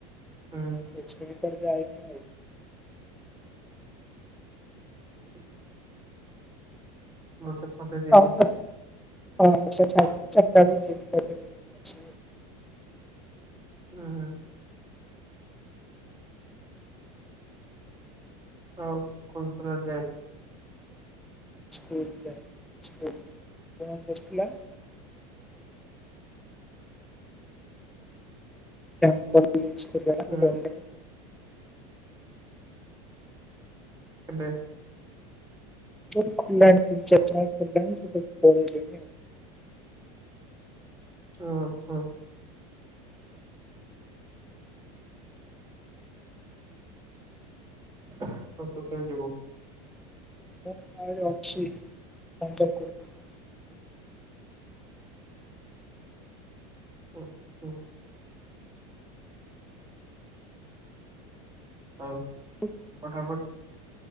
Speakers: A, on the right (about 20°); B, in the centre.
A: ହୁଁ
B: କିଛି ବି ପା ଯାଇନି ଆଉ।
A: ହୁଁ ବର୍ଷା <inaudible> ଯିବ
B: ହଉ ତ ହଁ ବର୍ଷା ଛାଡ଼ିଲେ ମୁଁ ଚାରିଟା ବେଳକୁ ଜିମି କରିଦବି।
A: ହୁଁ ହୁଁ। ଆଉ ସ୍କୁଲ ଫୁଲ ଆଡେ ଯାଇନୁ।
B: ସ୍କୁଲ ଯାଇନି ସ୍କୁଲ ଜଣେ ବସିଥିଲା <inaudible> <unintelligible>
A: ହୁଁ ହୁଁ ଏବେ।
B: ଯେହେତୁ ଖୋଲି ଲାଣି ତିନି ଚାରି ଦିନ ହବ ଖୋଲି ଲାଣି ସିଏ ସବୁ ପଳେଇ ଲେଣି ଆଉ।
A: ଓ ହୋ। ତ କେତେବେଳେ ଯିବୁ।
B: ମୁଁ ଆହୁରି ଅଛି ପନ୍ଦର କୋଡ଼ିଏ ଦିନ।
A: ଉଁ ହୁଁ। ଆଉ।
B: <unintelligible>
A: ପଠାପଠି